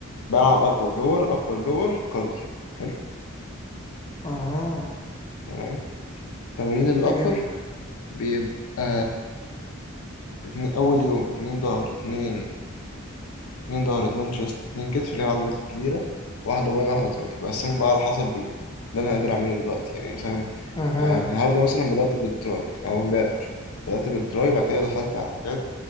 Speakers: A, on the left; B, on the left.
A: بلعب ابر لور ابر لور كارديو حلو
B: اها
A: تمام تمرين الابر
B: ده جامد ده
A: بيبقى اتنين اول يوم اتنين ظهر اتنين اتنين ظهر اتنين شيست اتنين كتف اللي هي العضلات الكبيرة واحدة باي واحدة تراي بقسمهم بقى على حسب ال- اللي أنا قادر أعمله دلوقتي يعني مثلا
B: اها
A: آه، النهاردة مثلا بدأت بالتراي أو امبارح مش عارف. بدأت بالتراي بعد كده دخلت على الحاجات